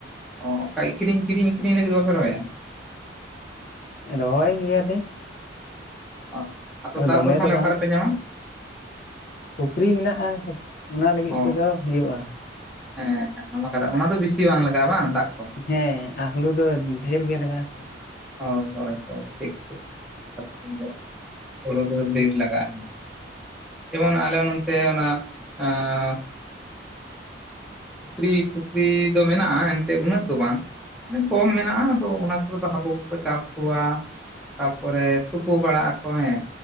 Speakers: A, in the centre; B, on the left (about 50°).
A: ᱚᱻᱚᱱᱠᱟ ᱟᱹᱠᱷᱨᱤᱧ ᱠᱤᱨᱤᱧ ᱟᱹᱠᱷᱨᱤᱧ ᱞᱟᱹᱜᱤᱫ ᱵᱟᱯᱮ ᱨᱚᱦᱚᱭᱟ?
B: ᱨᱚᱦᱚᱭ ᱜᱮᱭᱟᱞᱮ᱾
A: ᱚ ᱟᱫᱚ ᱫᱟᱜ
B: ᱫᱚᱢᱮ
A: ᱫᱚ ᱛᱟᱦᱚᱞᱮ
B: ᱵᱟᱝ
A: ᱚᱠᱟ ᱨᱮᱯᱮ ᱧᱟᱢᱟ?
B: ᱯᱩᱠᱷᱨᱤ ᱢᱮᱱᱟᱜ-ᱟ ᱚᱱᱟ ᱞᱟᱹᱜᱤᱫ
A: ᱚ
B: ᱛᱮᱫᱚ ᱦᱩᱭᱩᱜ-ᱟ᱾
A: ᱦᱮᱸ ᱚᱱᱟ ᱠᱚᱨᱮ ᱚᱱᱟ ᱫᱚ ᱵᱤᱥᱤ ᱵᱟᱝ ᱞᱟᱜᱟᱜ-ᱟ ᱵᱟᱝ ᱫᱟᱜ ᱠᱚ?
B: ᱦᱮᱸ ᱟᱨ ᱦᱩᱲᱩ ᱫᱚ ᱰᱷᱮᱨ ᱜᱮ ᱞᱟᱜᱟᱜ ᱟᱥᱮ᱾
A: ᱦᱳᱭ ᱦᱳᱭ ᱦᱳᱭ ᱴᱷᱤᱠ ᱴᱷᱤᱠ ᱠᱟᱛᱷᱟ ᱠᱟᱱ ᱜᱮᱭᱟ ᱦᱩᱲᱩ ᱠᱚᱫᱚ ᱫᱮᱨ
B: ᱦᱩᱸ
A: ᱞᱟᱜᱟᱜ-ᱟ ᱾ ᱡᱮᱢᱚᱱ ᱟᱞᱮ ᱱᱚᱱᱛᱮ ᱚᱱᱟ ᱟᱸ ᱯᱩᱠᱷᱨᱤ ᱯᱩᱠᱷᱨᱤ ᱫᱚ ᱢᱮᱱᱟᱜ-ᱟ ᱮᱱᱛᱮᱫ ᱩᱱᱟᱹᱜ ᱫᱚ ᱵᱟᱝ᱾ ᱠᱚᱢ ᱢᱮᱱᱟᱜ-ᱟ ᱟᱫᱚ ᱚᱱᱟ ᱠᱚᱨᱮ ᱫᱚ ᱦᱟᱹᱠᱩ ᱠᱚᱠᱚ ᱪᱟᱥ ᱠᱚᱣᱟ᱾ ᱛᱟᱯᱚᱨᱮ ᱛᱩᱯᱩ ᱵᱟᱲᱟᱜ ᱟᱠᱚ ᱦᱮᱸ᱾